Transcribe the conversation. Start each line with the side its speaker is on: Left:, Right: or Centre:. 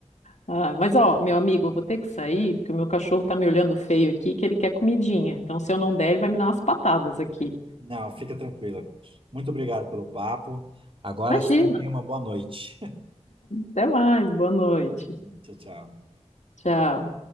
Left: Ah, mas ó, meu amigo, eu vou ter que sair, porque o meu cachorro tá me olhando feio aqui, que ele quer comidinha. Então, se eu não der, ele vai me dar umas patadas aqui.
Right: Não, fica tranquila. Muito obrigado pelo papo. Agora
Left: Imagina.
Right: sim, tenha uma boa noite.
Left: Até mais. Boa noite.
Right: <laughs> Tchau, tchau.
Left: Tchau.